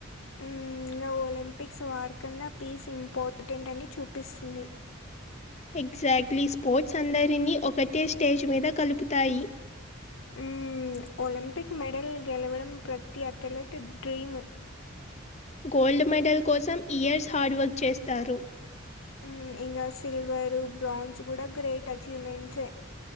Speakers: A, on the left; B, on the left.
A: ఉ ఇంగా ఒలింపిక్స్ వార్ కన్నా పీస్ ఇంపార్టెంట్ అని చూపిస్తుంది.
B: ఎగ్జాక్ట్లీ స్పోర్ట్స్ అందరినీ ఒకటే స్టేజ్ మీద కలుపుతాయి
A: హ్మ్. ఒలింపిక్ మెడల్ గెలవడం ప్రతి అథ్లెట్ డ్రీము
B: గోల్డ్ మెడల్ కోసం ఇయర్స్ హార్డ్ వర్క్ చేస్తారు.
A: ఉమ్ ఇంకా సిల్వరు బ్రాంజ్ కూడా గ్రేట్ అచీవ్మెంట్సే.